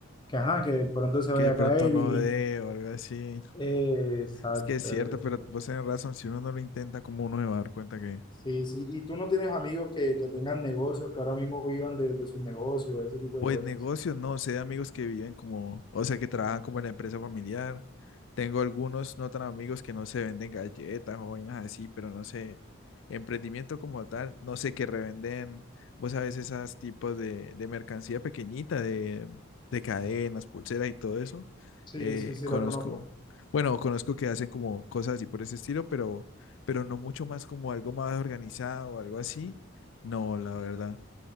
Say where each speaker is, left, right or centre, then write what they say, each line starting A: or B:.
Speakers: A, on the left; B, on the left.
A: que, ajá, que de pronto se
B: Que
A: vaya
B: de
A: a
B: pronto
A: caer
B: no
A: y...
B: dé o algo así.
A: eh, exacto.
B: Es que es cierto,
A: es-
B: pero vos tenés razón, si uno no lo intenta, ¿cómo uno se va a dar cuenta que,
A: Sí, sí. ¿Y tú no tienes amigos que, que tengan negocios, que ahora mismo vivan de, de sus negocios, ese tipo
B: Pues
A: de cosas?
B: negocios, no sé, amigos que viven como, o sea, que trabajan como en la empresa familiar. Tengo algunos no tan amigos que no se venden galletas o vainas así, pero no sé, emprendimiento como tal, no sé, que revenden, vos sabes, esas tipos de, de mercancía pequeñita, de, de cadenas, pulseras y todo eso.
A: Sí,
B: Eh,
A: sí, sí,
B: conozco,
A: los conozco.
B: bueno, conozco que hacen como cosas así por ese estilo, pero, pero no mucho más como algo más organizado o algo así. No, la verdad.